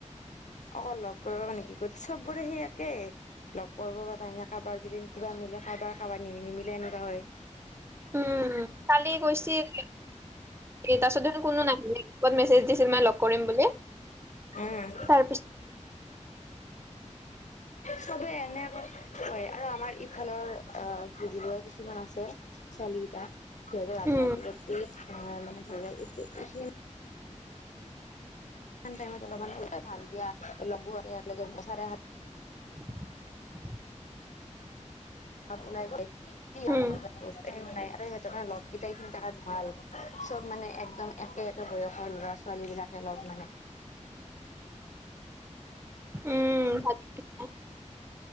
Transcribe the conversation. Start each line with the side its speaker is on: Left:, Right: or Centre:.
Left: অ লগ কৰিব নেকি গতি চবৰে সেই একেই লগ কৰিব ই কাৰোবাৰ যদি কিবা মিলে কাৰোবাৰ কাৰোবাৰ নিমি নিমিলে এনেকুৱা হয়
Right: উম কালি কৈছিল তাৰিছতনো কোনো নাহিলে <unintelligible> কত মেছেজ দিছিল মানে লগ কৰিম বুলি
Left: উম
Right: তাৰপি <inaudible>
Left: চবে এনে কয় আৰু আমাৰ ইফালৰ আ কি বুলি কিয় কিছুমান আছে চালিটাা খ ৰাাত
Right: উম,
Left: ৰাতি ৰাি মানে খ <unintelligible> া <unintelligible> ল দিয় লু আ
Right: <inaudible>
Left: ওলাই মাজ
Right: উম,
Left: নাই আৰু সিহঁতে লগকেইটাইখিনি তাত ভাল <unintelligible> চব মানে একদম একে একে বয়সৰ ল'ৰা ছোৱালী বিলাকে লগ মানে
Right: উম